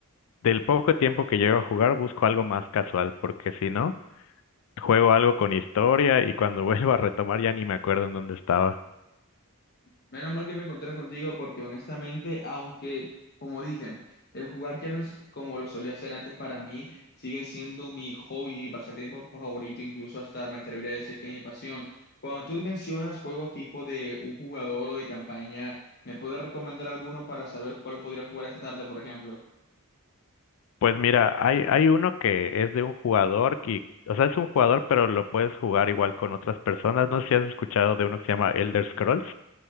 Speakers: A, on the left; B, on the left.
A: del poco tiempo que llego a jugar busco algo más casual, porque si no, juego algo con historia y cuando <laughs> vuelvo a retomar ya ni me acuerdo en dónde estaba.
B: Menos mal que me encontré contigo porque honestamente, aunque, como dije, el jugar ya no es como lo solía hacer antes para mí, sigue siendo mi hobby, mi pasatiempo favorito, incluso hasta me atrevería a decir que es mi pasión. Cuando tú mencionas juegos tipo de un jugador o de campaña, ¿me puedes recomendar alguno para saber cuál podría jugar esta tarde, por ejemplo?
A: Pues mira, hay, hay uno que es de un jugador que, o sea, es un jugador, pero lo puedes jugar igual con otras personas. No sé si has escuchado de uno que se llama Elder Scrolls,